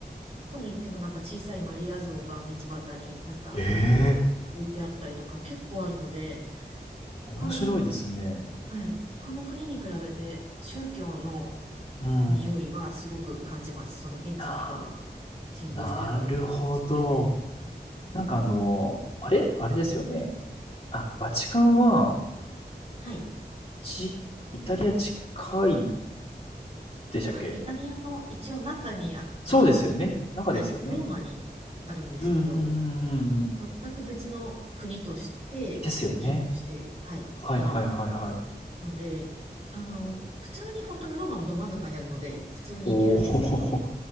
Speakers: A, on the right; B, on the left.
A: どこに行ってもなんか小さいマリア像が道端になんか
B: ええ、
A: 置いてあったりとか結構あるので、他の、
B: 面白いですね。
A: はい。他の国に比べて宗教の
B: うん。
A: 匂いはすごく感じます。その現地の人が
B: ああ。
A: 信仰してるかどうかは別として。
B: なるほど。
A: うんうん
B: なんかあの、あれあれですよね。あ、バチカンは、
A: はい。
B: ち、イタリア近いでしたっけ
A: はい、イタリアの一応中にあはあって、
B: そうですよね。中ですよね。
A: はい、ローマにあるんですけど、
B: うんうんうんうんうん。
A: 全く別の国として機能して、
B: ですよね。
A: はい、
B: はいはいはいはい。
A: いるので、あの、普通に本当にローマのど真ん中にあるので、普通に行けるんですけど、
B: おお。